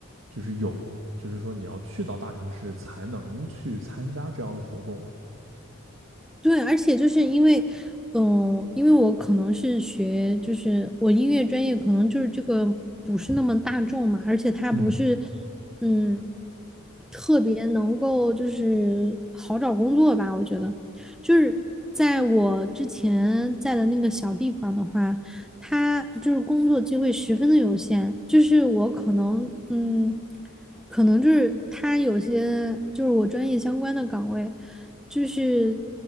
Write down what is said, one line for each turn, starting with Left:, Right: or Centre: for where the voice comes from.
Right: 就是有，就是说你要去到大城市才能去参加这样的活动啊。
Centre: 对，而且就是因为，嗯、因为我可能是学，就是我音乐专业可能就是这个不是那么大众嘛，而且它不是，
Right: 嗯，
Centre: 嗯，特别能够就是好找工作吧，我觉得，就是在我之前在的那个小地方的话，它就是工作机会十分的有限，就是我可能，嗯，可能就是它有些就是我专业相关的岗位。就是